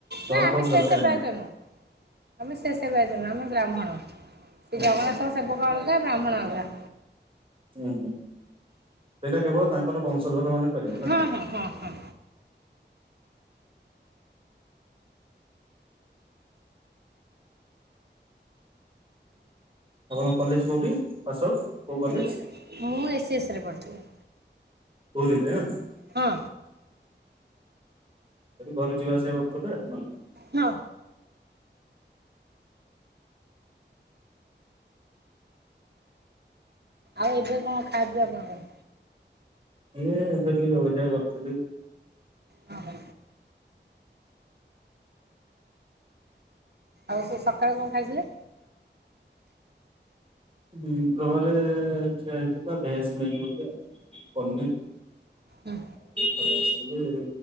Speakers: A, on the right (about 60°); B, on the right (about 30°).
A: ନା ଆମେ
B: ଫବ୍
A: ସେ
B: ଦରକାର
A: ସେବାୟତ
B: ନାହିଁ
A: ନୁହଁ। ଆମେ ସେ ସେବାୟତ ନୁହଁ ଆମେ ବ୍ରାହ୍ମଣ। ସେ
B: ଆଚ୍ଛା
A: ଜଗନ୍ନାଥଙ୍କ
B: ଆଚ୍ଛା
A: ସେବକ ଅଲଗା ବ୍ରାହ୍ମଣ ଅଲଗା।
B: ହୁଁ ହୁଁ। ସେଇଟା କେବଳ ତାଙ୍କର ବଂଶଧର ମାନେ କରିବେ ନା
A: ହଁ
B: କଣ?
A: ହଁ ହଁ ହଁ।
B: ଆପଣଙ୍କ କଲେଜ କଉଠି ପାସ୍ ଆଉଟ୍? କୋଉ କଲେଜ?
A: ହ୍ୟାଲୋ। ମୁଁ ଏସ୍ ଏସ୍ ରେ ପଢ଼ିଥିଲି।
B: ପୁରୀ ରେ।
A: ହଁ।
B: ଏବେ ଘରୁ ଯିବା ଆସିବା କରୁଥିବେ ଆଉ।
A: ହଁ। ଆଉ ଏବେ କଣ ଖାଦ୍ୟ ଆପଣଙ୍କର?
B: ଇଏ ଏବେ ଟିକେ ଜଳଖିଆ କରିଥିଲି।
A: ହଁ। ଆଉ ସେ ସକାଳେ କଣ ଖାଇଥିଲେ?
B: ଦିପହରେ ଖିଆ ହେଇଥିଲା ଭେଜ ମିଲ୍ ଗୋଟେ, ପନିର।
A: ହୁଁ।
B: <inaudible> ଫାଳେ ଆସିଥିଲେ।